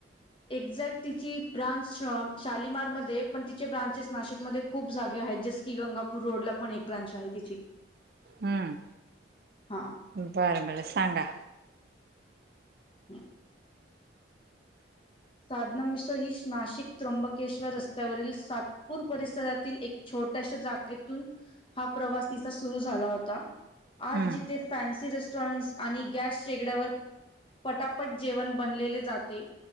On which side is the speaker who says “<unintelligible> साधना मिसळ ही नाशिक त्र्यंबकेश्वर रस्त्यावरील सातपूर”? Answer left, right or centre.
Left